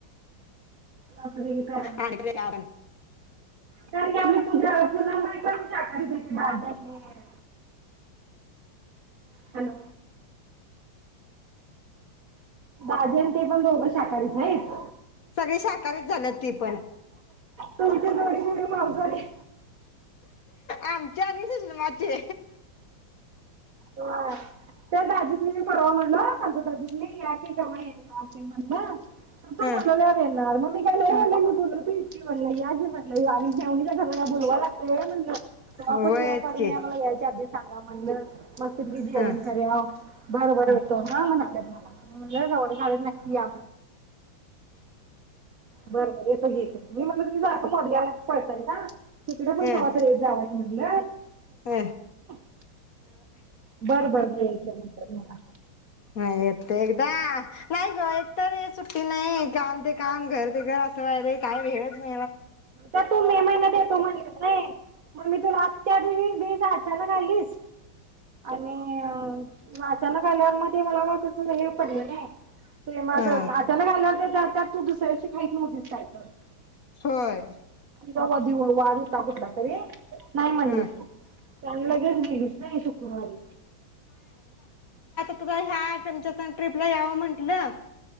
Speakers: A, on the right (about 55°); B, on the left (about 55°).
A: कार
B: आणि आपण
A: की आम्ही पुजा पूनम ताई पण शाकाहारी होत्या. हॅलो दाजी आणि ते पण दोघं शाकाहारी च हाईत.
B: सगळे शाकाहारी झालं ते पण.
A: थोडी थोडी मांसाहारी
B: आमच्या आणि सुषमाची
A: त्या दाजी सनी मी पररवा म्हणलो संजू या की कवा येणार? या की म्हणलं. तू
B: ह
A: बोलवल्या वर येणार मग मि काय नाही म्हटलं मि बोलवतोय की. म्हणल या म्हटलं आणि मेव्हणी च्या घराला बोलवाय लागतंय व्हय म्हणलं कवा
B: होयच
A: पण वेळ काढून
B: की
A: यायच्या आधी. सांगा म्हणल. मस्त पैकी जेवण
B: ह
A: करुया बरबर येतो ह म्हणाले. म्हणलं सवड काढून नक्की या. बर बर येतो घे मी म्हणलं तुम्ही जात पोरग्याला घेऊन पळतासा इकडं पण
B: ह
A: कव्हा तरी येत जा. म्हणलं.
B: अ
A: <unintelligible> बरं बरं ह
B: ह येतो एकदा नाही ग. एकतर ते सुट्टी नाही काम ते काम घर ते काय अस डायरेक्ट काय रे <inaudible>
A: का तू मे महिन्यात येतु म्हणलीस व्हय <unintelligible> <unintelligible>
B: हा होय
A: वा वा दिवा वार होता कुठला तरी नाय म्हणलीस
B: हा
A: तू चांगल घर गेलीस नाय शुक्रवारी
B: <unintelligible> त्यांचं ते ट्रीपला यावं म्हण ना